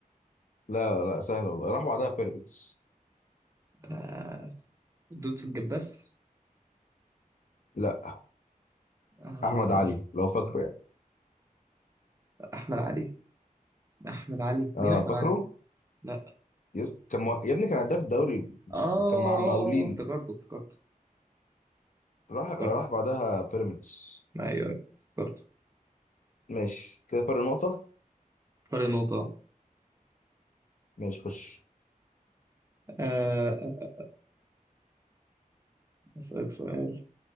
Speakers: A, on the left; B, on the right.
A: لا لا سهل والله راح بعدها بيراميدز
B: آه دودو الجباس
A: لا
B: آه
A: أحمد علي لو فاكره يعني
B: أحمد علي أحمد علي مين
A: اه
B: أحمد
A: فاكره؟
B: علي؟ لا
A: يس كان مه... يا ابني كان هداف الدوري
B: آه
A: كان مع المقاولين
B: افتكرته افتكرته
A: راح
B: افتكرته
A: راح بعدها بيراميدز
B: أيوه أيوه افتكرته
A: ماشي كده فرق نقطة
B: فرق نقطة
A: ماشي خش
B: آه آه، أسألك سؤال